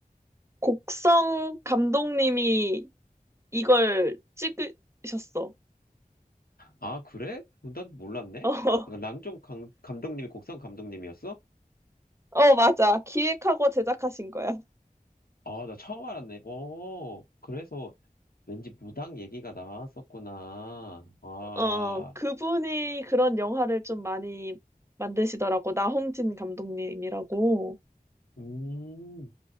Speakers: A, on the right; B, on the left.
A: 곡성 감독님이 이걸 찍으셨어.
B: 아, 그래? 난 몰랐네?
A: 어,
B: 랑종
A: <laughs>
B: 강, 감독님이 곡성 감독님이었어?
A: 어, 맞아. 기획하고 제작하신 거야.
B: 아, 나 처음 알았네. 어, 그래서 왠지 무당 얘기가 나왔었구나. 아,
A: 어, 그분이 그런 영화를 좀 많이 만드시더라고. 나홍진 감독님이라고.
B: 음,